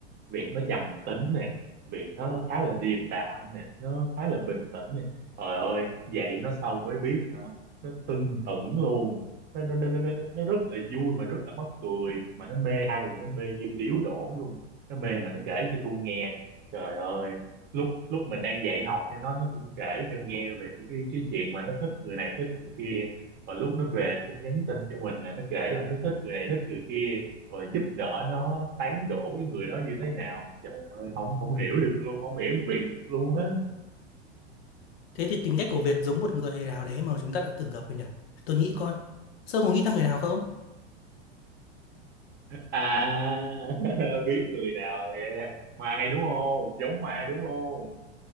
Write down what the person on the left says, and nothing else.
thế thì tính cách của Việt giống một người nào đấy mà chúng ta đã từng gặp rồi nhỉ tôi nghĩ coi Sơn có nghĩ ra người nào không